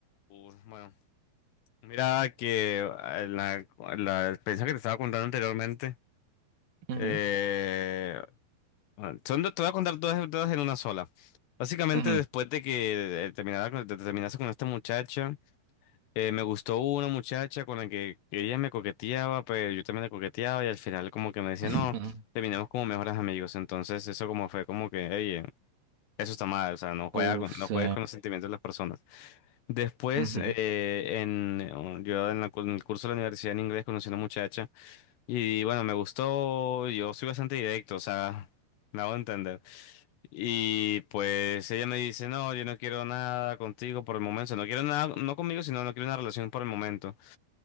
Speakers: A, on the left (about 80°); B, on the right (about 60°).
A: Uh, bueno, mira que eh, la, la experiencia que te estaba contando anteriormente,
B: Ujú,
A: eh, bueno, son, dos- te voy a contar todas, todas en una sola. Básicamente,
B: ujú,
A: después de que eh, terminara con- te- te terminaste con esta muchacha, Eh, me gustó una muchacha con la que ella me coqueteaba, pero yo también le coqueteaba y al final como que me decía,
B: <laughs>
A: no,
B: ujú.
A: terminemos como mejores amigos. Entonces eso como fue como que, oye, eso está mal, o sea, no juega
B: Uf,
A: con-
B: sí.
A: no juegues con los sentimientos de las personas. Después,
B: ujú,
A: eh, en, yo en, la cu- en el curso de la universidad en inglés conocí a una muchacha y bueno, me gustó, yo soy bastante directo, o sea, <laughs> me hago entender. Y pues ella me dice, no, yo no quiero nada contigo por el momento, o sea, no quiero nada, no conmigo, sino no quiero una relación por el momento.